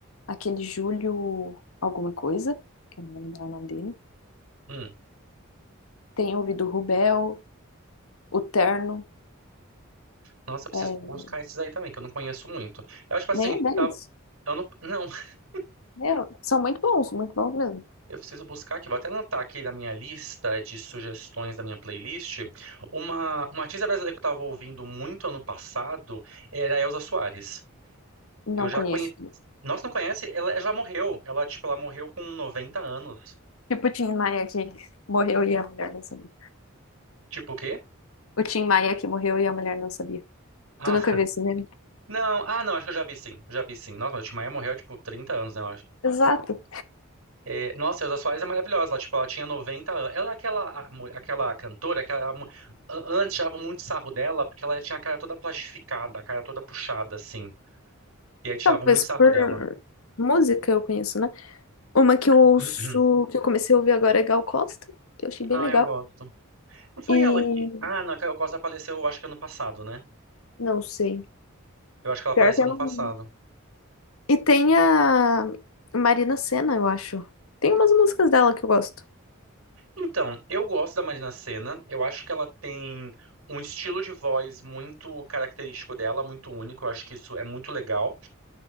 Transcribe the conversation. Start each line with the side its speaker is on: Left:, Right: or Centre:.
Left: aquele Júlio alguma coisa, que eu não vou lembrar o nome dele.
Right: Hum.
Left: Tenho ouvido o Rubel, o Terno.
Right: Nossa, eu preciso
Left: é,
Right: buscar esses aí também, que eu não conheço muito. Eu, tipo assim,
Left: nenhum deles.
Right: tá- eu não, não, <laughs>
Left: Meu, são muito bons, muito bons mesmo.
Right: eu preciso buscar aqui. Vou até anotar aqui na minha lista de sugestões da minha playlist. Uma, uma artista brasileira que eu estava ouvindo muito ano passado era a Elza Soares.
Left: Não
Right: Eu já
Left: conheço.
Right: conheci. Nossa, não conhece? Ela ela já morreu. Ela, tipo, ela morreu com 90 anos.
Left: Tipo o Tim Maia que morreu e a mulher não sabia.
Right: Tipo o quê?
Left: O Tim Maia que morreu e a mulher não sabia.
Right: Ah,
Left: Tu nunca
Right: <laughs>
Left: viu esse meme?
Right: não, ah, não, acho que eu já vi sim. Já vi sim. Nossa, mas o Tim Maia morreu, tipo, 30 anos, né?
Left: Exato.
Right: É, nossa, a Elza Soares é maravilhosa. Ela, tipo, ela tinha 90 anos. Ela é aquela, a mu- aquela cantora, aquela, mu- a- antes tirava muito sarro dela, porque ela tinha a cara toda plastificada, a cara toda puxada, assim. E aí tirava
Left: Talvez
Right: muito sarro
Left: por
Right: dela.
Left: música eu conheço, né? Uma que
Right: <clears throat>
Left: eu ouço, que eu comecei a ouvir agora é Gal Costa, que eu achei bem
Right: Ah,
Left: legal.
Right: eu gosto. Não foi
Left: E
Right: ela que. Ah, não, a Caio Costa faleceu, acho que ano passado, né?
Left: não sei.
Right: Eu acho que ela
Left: Pior
Right: faleceu
Left: que eu
Right: ano passado.
Left: não. E tem a Marina Sena, eu acho. Tem umas músicas dela que eu gosto.
Right: Então, eu gosto da Marina Sena. Eu acho que ela tem um estilo de voz muito característico dela, muito único. Eu acho que isso é muito legal.